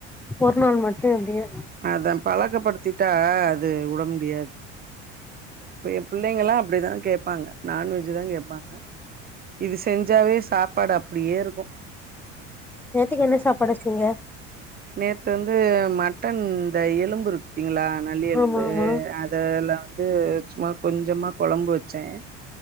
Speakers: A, in the centre; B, on the right (about 25°).
A: ஒர் நாள் மட்டும் எப்டியே
B: அதன் பலக்கப்படுத்திட்டா து உட முடியாது இப்ப என் பிள் ளைங்களாம் அப்டிதான் கேட்பாங்க நான்வெஜ் தான் கேப்பாங்க இது செஞ்சாவே சாப்பாடு அப்டியேருக்கும்
A: நேத்திக்கு என்ன சாப்பாடச்சீங்க
B: நேத்து வந்து மட்டன் ந்த எலும்புருக் ங்ளா நல்லி எலும்பு
A: ஆமா ஆமா
B: அதல வந்து சும்மா கொஞ்சமா கொலம்பு வச்சன்